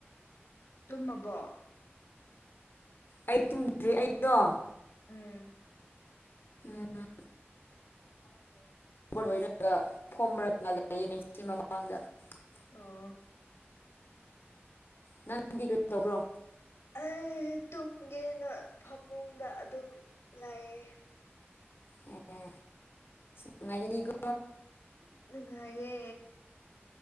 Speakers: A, on the left; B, on the left.
A: ꯇꯨꯝꯃꯕꯣ
B: ꯑꯩ ꯇꯨꯝꯗ꯭ꯔꯤ ꯑꯩꯗꯣ
A: ꯎꯝ <inaudible>
B: ꯎꯝ ꯂꯣꯏꯔꯒ ꯐꯣꯔꯒ ꯂꯩꯁꯤ ꯃꯃꯥꯡꯗ <unintelligible>
A: ꯑꯣ
B: ꯅꯪꯗꯤ ꯀꯔꯤ ꯇꯧꯕ꯭ꯔꯣ
A: ꯑꯩ ꯇꯨꯝꯒꯦꯅ ꯐꯃꯨꯡꯗ ꯑꯗꯨꯝ ꯂꯩꯑꯦ
B: ꯑꯦ ꯅꯨꯡꯉꯥꯏꯒꯅꯤꯀꯣ
A: ꯅꯨꯡꯉꯥꯏꯌꯦ